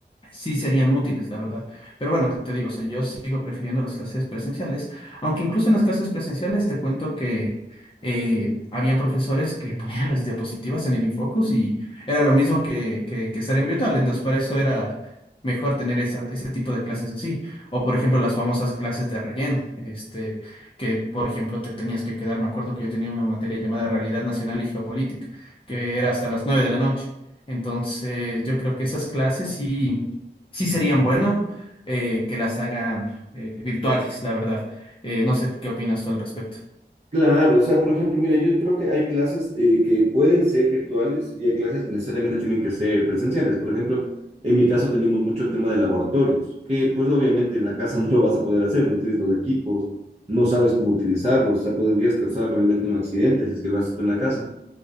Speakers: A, on the left; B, on the right.
A: sí serían útiles, la verdad. Pero bueno, te digo, o sea, yo sigo prefiriendo las clases presenciales, aunque incluso en las clases presenciales te cuento que eh, habían profesores que <laughs> ponían las diapositivas en el Infocus y era lo mismo que, que, que estar en virtual, entonces para eso era mejor tener esa- ese tipo de clases así. O por ejemplo, las famosas clases de relleno, este, que por ejemplo te tenías que quedar, me acuerdo que yo tenía una materia llamada Realidad Nacional y Geopolítica, que era hasta las 9 de la noche. Entonces, yo creo que esas clases sí sí serían bueno eh, que las hagan eh, virtuales, la verdad. Eh, no sé qué opinas tú al respecto.
B: Claro, o sea, por ejemplo, mira, yo creo que hay clases eh, que pueden ser virtuales y hay clases que necesariamente tienen que ser presenciales. Por ejemplo, en mi caso teníamos mucho el tema de laboratorios, que pues obviamente en la casa <laughs> no lo vas a poder hacer, no tienes los equipos, no sabes cómo utilizarlos, o sea, podrías causar realmente un accidente si es que lo haces tú en la casa.